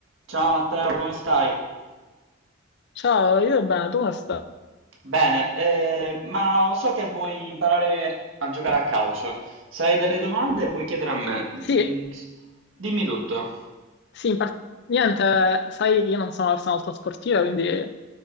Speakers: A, on the right; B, on the left.
A: Ciao Matteo, come stai?
B: Ciao, io bene, tu come stai?
A: Bene, eh, ma so che vuoi imparare a giocare a calcio. Se hai delle domande puoi chiedere a me. Mm,
B: Sì,
A: s- dimmi tutto.
B: sì, in par- niente, sai, io non sono una persona molto sportiva, quindi mi